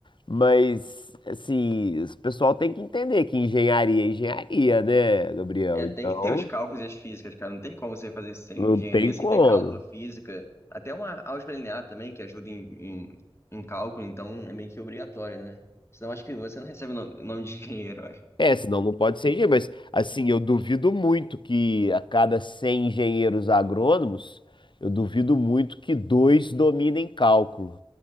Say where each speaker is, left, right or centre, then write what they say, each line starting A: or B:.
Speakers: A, on the left; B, on the left.
A: Mas, assim, o pessoal tem que entender que engenharia é engenharia, né, Gabriel?
B: É,
A: Então,
B: tem que ter os cálculos e as físicas, cara, não tem como você fazer sem-
A: não
B: engenharia
A: tem
B: sem
A: como.
B: ter cálculo, física, até uma álgebra linear também, que ajuda em, em, em cálculo, então é meio que obrigatório, né? Senão acho que você não recebe o nome o nome de engenheiro,
A: É, senão não pode ser engenheiro, mas assim, eu duvido muito que a cada 100 engenheiros agrônomos, eu duvido muito que dois dominem cálculo.